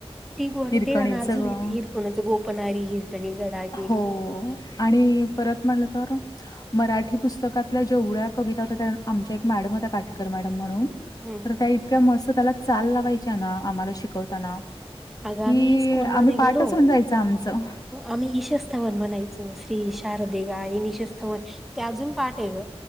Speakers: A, in the centre; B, on the left (about 35°).
A: ती गण
B: हिरकणीचं
A: ते गण अजून
B: ग
A: हिरकोणच गोपनी हिरकणी गडा गेरी
B: हो आणि परत मला तर मराठी पुस्तकातल्या जेवढ्या कविता होत्या त्या आमच्या एक मॅडम हो त्या्या काठी मॅडम म्हणून
A: हम्म
B: तर त्या इतक्या मस्त त्याला चाल लावायच्या ना आम्हाला शिकवताना
A: आगा
B: की
A: म्ही स्कूलमध्ये
B: आम्ही पाठच
A: गेलो
B: होऊन जायचं आमचं.
A: आम्ही ईशस्थवन म्हणायचो श्री शारदे गा येन शस्थवन त्या अजून पाठ आहे ग